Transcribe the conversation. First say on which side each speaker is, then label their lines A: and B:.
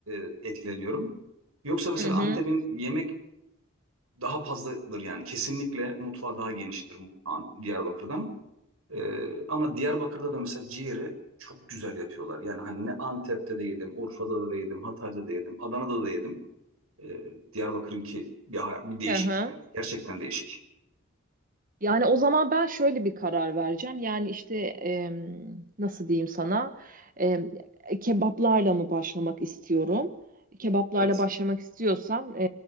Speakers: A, on the right (about 85°); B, on the right (about 40°).
A: e, etkileniyorum. Yoksa mesela
B: Hı hı.
A: Antep'in yemek daha fazladır yani kesinlikle mutfağı daha geniştir mu- An- Diyarbakır'dan. Ee, ama Diyarbakır'da da mesela ciğeri çok güzel yapıyorlar. Yani hani ne Antep'te de yedim, Urfa'da da yedim, Hatay'da da yedim, Adana'da da yedim. Ee, Diyarbakır'ınki ya bir değişik
B: Hı hı.
A: yani gerçekten değişik.
B: Yani o zaman ben şöyle bir karar vereceğim. Yani işte em, nasıl diyeyim sana? Em, kebaplarla mı başlamak istiyorum? Kebaplarla
A: Evet.
B: başlamak istiyorsam e,